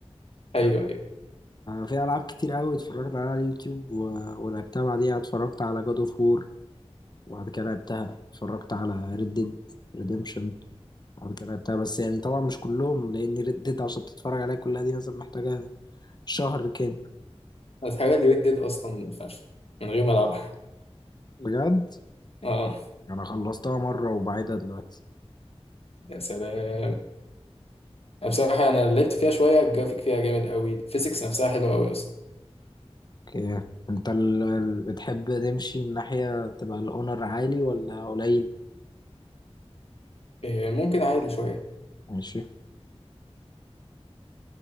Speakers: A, on the left; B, on the left.
A: ايوه
B: ف-
A: ايوه
B: في العاب كتير قوي اتفرجت عليها على اليوتيوب و... ولعبتها بعديها اتفرجت على جاد اوف وور وبعد كده لعبتها اتفرجت على ريد ديد ريديمشن بعد كده لعبتها بس يعني طبعا مش كلهم لان ريد ديد عشان تتفرج عليها كلها دي مثلا محتاجة شهر كامل
A: الحاجات دي ردت اصلا فشخ من غير ما العبها
B: بجد
A: <laughs> اه
B: انا خلصتها مرة وبعيدها دلوقتي
A: يا سلام بصراحة يعني انا لعبت فيها شوية الجرافيك فيها جامد قوي الفيزيكس نفسها حلوة قوي اصلا
B: اوكي انت ال... ال... بتحب تمشي الناحية تبقى الاونر عالي ولا قليل
A: آه، ممكن عادي شوية
B: ماشي